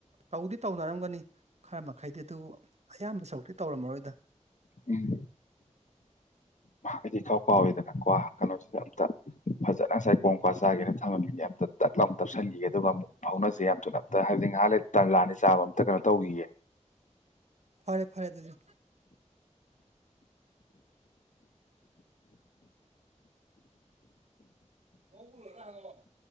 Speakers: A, on the right (about 60°); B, on the left (about 80°).
A: ꯇꯧꯗꯤ ꯇꯧꯅꯔꯝꯒꯅꯤ ꯈꯔ ꯃꯈꯩꯗꯤ ꯑꯗꯨꯕꯨ ꯑꯌꯥꯝꯕ ꯁꯔꯨꯛꯇꯤ ꯇꯧꯔꯝꯃꯔꯣꯏꯗ
B: ꯎꯝ ꯑꯩꯏꯗꯤ ꯏꯀꯥꯎ ꯀꯥꯎꯋꯤꯗꯅ ꯀꯋꯥ ꯀꯩꯅꯣꯁꯤꯗ ꯑꯝꯇ ꯐꯖꯅ ꯉꯁꯥꯏ ꯀꯣꯡ ꯀꯋꯥ ꯆꯥꯒꯦꯅ ꯊꯝꯃꯝꯃꯤꯅꯦ ꯑꯝꯇ ꯇꯛꯂꯥꯎꯅ ꯇꯞꯁꯤꯟꯈꯤꯒꯦ ꯑꯗꯨꯒ ꯑꯃꯨꯛ ꯐꯥꯎꯅꯁꯦ ꯌꯥꯝ ꯊꯨꯅ ꯑꯝꯇ ꯍꯥꯏꯕꯗꯤ ꯉꯍꯥꯛ ꯂꯩꯔꯗꯤ ꯇꯟꯂꯥꯅꯤ ꯆꯥꯕ ꯑꯝꯇ ꯀꯩꯅꯣ ꯇꯧꯈꯤꯒꯦ
A: ꯐꯔꯦ ꯐꯔꯦ ꯑꯗꯨꯗꯤ ꯉꯧꯕ ꯂꯣꯢꯔꯒ ꯍꯥꯢꯔꯛꯑꯣ